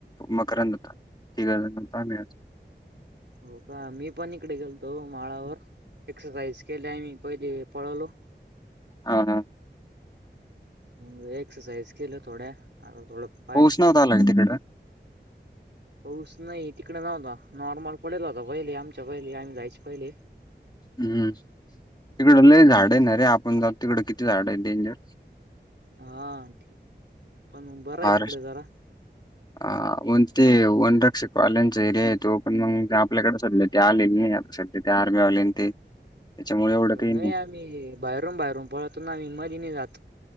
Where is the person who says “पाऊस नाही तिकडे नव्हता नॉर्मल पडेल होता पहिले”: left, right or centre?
Right